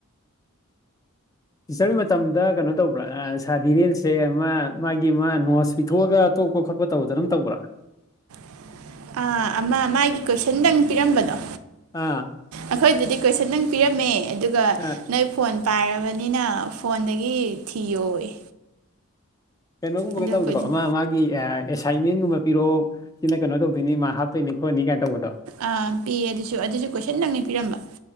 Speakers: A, on the left; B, on the right.
A: ꯁꯤꯛꯁꯇꯔ ꯍꯣꯏ ꯃꯇꯝꯗ ꯀꯩꯅꯣ ꯇꯧꯕ꯭ꯔ‌ ꯑ ꯁꯥꯔ ꯗꯤꯔꯦꯟꯁꯦ ꯑꯃ ꯃꯥꯒꯤ ꯑꯃ ꯅꯣꯠꯁ ꯄꯤꯊꯣꯛꯑꯒ ꯇꫭꯛꯄ ꯈꯣꯠꯄ ꯇꯧꯕꯗꯣ ꯑꯗꯨꯝ ꯇꯧꯕ꯭ꯔ
B: <inaudible> ꯑ ꯑꯃ ꯃꯥꯒꯤ ꯀꯣꯏꯁꯟꯗꯪ ꯄꯤꯔꯝꯕꯗꯣ
A: ꯑꯥ
B: ꯑꯈꯣꯏꯕꯨꯗꯤ ꯀꯣꯏꯁꯟꯗꯪ ꯄꯤꯔꯝꯃꯦ ꯑꯗꯨꯒ
A: ꯑꯥ
B: ꯅꯣꯏ ꯐꯣꯟ ꯄꯥꯏꯔꯕꯅꯤꯅ ꯐꯣꯟꯗꯒꯤ ꯊꯤꯌꯣꯌꯦ
A: ꯀꯩꯅꯣꯒꯨꯝꯕꯒ
B: ꯑꯗꯨꯒ
A: ꯇꯧꯗ꯭ꯔꯣ
B: ꯀꯣꯏꯁꯟ
A: ꯑꯃ ꯃꯥꯒꯤ ꯑꯦꯁꯥꯏꯟꯃꯦꯟꯒꯨꯝꯕ ꯄꯤꯔꫭꯑꯣ ꯁꯤꯅ ꯀꯩꯅꯣ ꯇꯧꯗꯣꯏꯅꯤ ꯃꯥꯛ ꯍꯥꯞꯇꯣꯏꯅꯤ ꯈꯣꯠꯅꯤ ꯒꯥꯏꯟ ꯇꯧꯕꯗꯣ
B: ꯑ ꯄꯤꯌꯦ ꯑꯗꯨꯁꯨ ꯑꯗꯨꯁꯨ ꯀꯣꯏꯁꯟ ꯗꯪꯅꯤ ꯄꯤꯔꯝꯕ